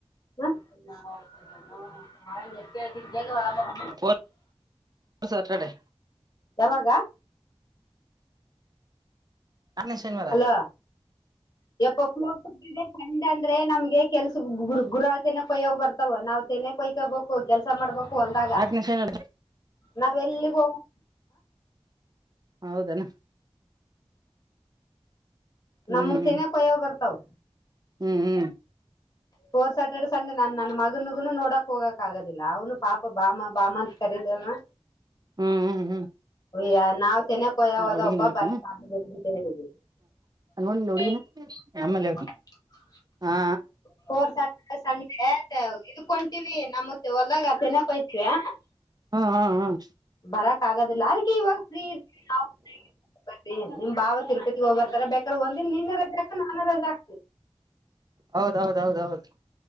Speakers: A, on the left; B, on the right.
A: <unintelligible>
B: ಫೋರ್ಥ್ ಸಾಟರ್ಡೆ
A: ಯಾವಾಗ?
B: ನಾಲ್ಕನೇ ಶನಿವಾರ
A: ಹಲೋ <unintelligible> <unintelligible> ಅಂದ್ರೆ ನಮ್ಗೆ ಕೆಲಸುಕ್ ಗುರು ಗುರು ತನೆ ಕೊಯ್ಯವ್ ಬರ್ತವ ನಾವ್ ತೆನೆ ಕುಯ್ಕಬೇಕ್. ಕು ಕೆಲ್ಸ ಮಾಡ್ಬೇಕು ಹೊಲ್ದಾಗ.
B: ನಾಲ್ಕನೇ ಶನಿವಾರ
A: ನಾವ್ ಎಲ್ಲಿಗ್ ಹೋಗವು
B: ಹೌದೆನ? ಹ್ಮ್
A: ನಮ್ಮು ತೆನೆ ಕೊಯ್ಯವ್ ಬರ್ತಾವ್.
B: ಹ್ಮ್ ಹ್ಮ್
A: ಫೋರ್ಥ್ ಸ್ಯಾಟರ್ಡೆ ಸಂಡೆ ನಾನ್ ನನ್ ಮಗನುಗುನು ನೋಡಕ್ ಹೋಗಕ್ ಆಗದಿಲ್ಲ ಅವನು ಪಾಪ ಬಾಮ ಬಾಮ ಅಂತ ಕರೀತ ಇದಾನ.
B: ಹ್ಮ್ ಹ್ಮ್ ಹ್ಮ್
A: ಅಯ್ಯ ನಾವ್ ತೆನೆ ಅಪ್ಪ ಯಾವದಪ್ಪ
B: ಹುಡುಗಿ ನೋಡ್ಕ
A: <unintelligible>
B: ನೋಡಿಲ್ಲ ಹುಡುಗಿನ ಆಮೇಲೆ ಹೇಳ್ತೀನಿ ಹಾ
A: ಫೋರ್ಥ್ ಸ್ಯಾಟರ್ಡೆ ಸಂಡೆ ತೆ ಇದುಕೊಂಟೀವಿ ನಮ್ಮುದ್ ಹೊಲ್ದಾಗ ತೆನ ಕೊಯ್ <unintelligible>
B: ಹಾಂ ಹಾಂ ಹಾಂ
A: ಬರಕ್ ಆಗದಿಲ್ಲ ಅದುಕೆ ಇವಾಗ್ ಫ್ರೀ <unintelligible> ಮತ್ತ ನಿಮ್ ಭಾವ ತಿರುಪತಿಗ್ ಹೋಗ್ಬರ್ತಾರ ಬೇಕಾದ್ರೆ ಒಂದಿನ ನೀನು ರೆಜಾ ಹಾಕು ನಾನು ರೆಜಾ ಹಾಕ್ತಿ
B: ಹೌದೌದೌದೌದ್